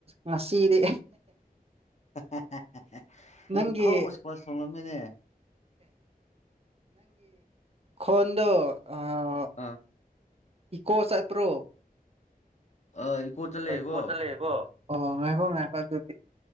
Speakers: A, on the right; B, on the left.
A: ꯉꯁꯤꯗꯤ
B: ꯍꯥ ꯍꯥ ꯍꯥ ꯍꯥ ꯑꯦ ꯅꯪ
A: ꯅꯪꯒꯤ
B: ꯑꯍꯥꯎꯕ ꯏꯁꯀ꯭ꯋꯥꯁ ꯊꯣꯡꯂꯃꯦꯅꯦ
A: ꯈꯣꯗꯣ ꯑꯥ
B: ꯑ
A: ꯏꯀꯣ ꯆꯠꯇ꯭ꯔꯣ
B: ꯑꯥ ꯏꯀꯣ ꯆꯠꯂꯦꯀꯣ
A: ꯏꯀꯣ ꯆꯠꯂꯦꯀꯣ ꯑꯣ ꯉꯥꯏꯈꯣ ꯉꯥꯏꯈꯣ ꯑꯗꯨꯗꯤ